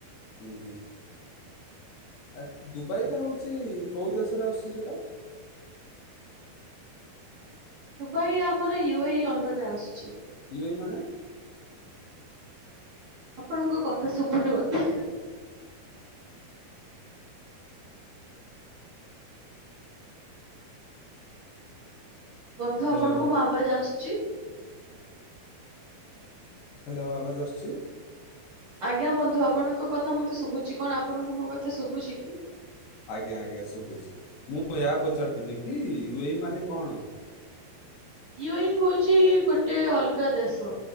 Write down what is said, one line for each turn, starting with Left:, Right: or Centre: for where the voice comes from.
Left: ହୁଁ ହୁଁ। ଆ ଦୁବାଇଟା ହଉଛି କୋଉ ଦେଶରେ ଆସୁଛି ସେଟା?
Right: ଦୁବାଇ ଆମର ୟୁ ଏ ଇ ଅଣ୍ଡରରେ ଆସୁଛି।
Left: ୟୁ ଏ ଇ ମାନେ?
Right: ଆପଣଙ୍କ କଥା ଶୁଭୁନି ମତେ। ବନ୍ଧୁ
Left: ହ୍ୟାଲୋ
Right: ଆପଣଙ୍କୁ ମୋ ଆବାଜ ଆସୁଚି?
Left: ହ୍ୟାଲୋ ଆବାଜ ଆସୁଚି।
Right: ଆଜ୍ଞା ବନ୍ଧୁ ଆପଣଙ୍କ କଥା ମତେ ଶୁଭୁଛି। କଣ ଆପଣଙ୍କୁ ମୋ କଥା ଶୁଭୁଛି କି?
Left: ଆଜ୍ଞା ଆଜ୍ଞା ଶୁଭୁଛି। ମୁଁ ଏହା ପଚାରୁିଥିଲି କି ୟୁ ଏ ଇ ମାନେ କଣ?
Right: ୟୁ ଏ ଇ ହଉଛି ଗୋଟେ ଅଲଗା ଦେଶ।